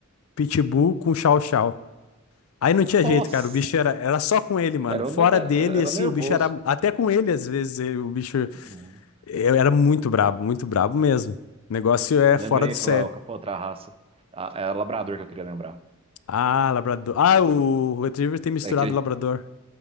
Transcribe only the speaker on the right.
Nossa,
era,
o nada-
era
o nervoso.
Uhum.
Lembrei
qual, qual foi a outra raça. A, é a labrador que eu queria lembrar.
É que ele,